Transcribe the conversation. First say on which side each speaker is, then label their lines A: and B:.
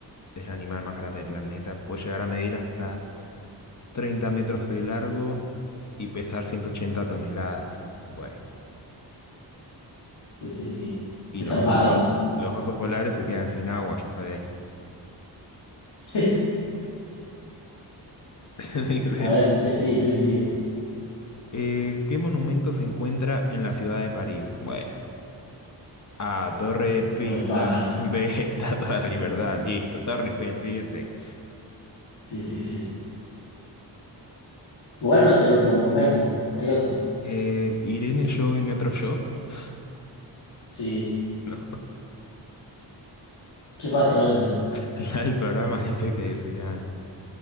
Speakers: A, on the left; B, on the left.
A: es el animal más grande del planeta, puede llegar a medir hasta 30 metros de largo y pesar 180 toneladas. Bueno,
B: Sí, sí, sí.
A: y
B: Es
A: los
B: zarpado,
A: osos pol-
B: ¿no?
A: los osos polares se quedan sin agua, ya sabes.
B: <laughs>
A: <laughs> Me dice,
B: A ver, ¿qué sigue? ¿Qué sigue?
A: eh, ¿qué monumento se encuentra en la ciudad de París? Bueno, A, Torre de Pisa,
B: No muy fácil.
A: <laughs> B, Estatua de la Libertad, listo, Torre Eiffel, siguiente.
B: Sí, sí, sí. Igual no es el único monumento. Hay otros.
A: Eh, Irene, yo y mi otro yo. <laughs>
B: Sí.
A: No,
B: ¿Qué pasa con eso?
A: <laughs> la del programa ese que decían.